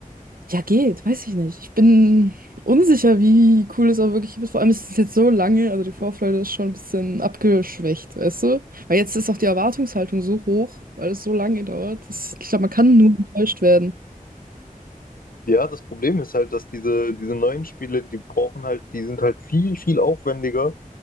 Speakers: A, on the right (about 80°); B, on the left (about 80°).
A: Ja, geht, weiß ich nicht. Ich bin unsicher, wie cool es auch wirklich wird. Vor allem ist es jetzt so lange, also die Vorfreude ist schon ein bisschen abgeschwächt, weißt du? Weil jetzt ist auch die Erwartungshaltung so hoch, weil es so lange dauert. Das, ich glaube, man kann nur enttäuscht werden.
B: Ja, das Problem ist halt, dass diese, diese neuen Spiele, die brauchen halt, die sind halt viel, viel aufwendiger,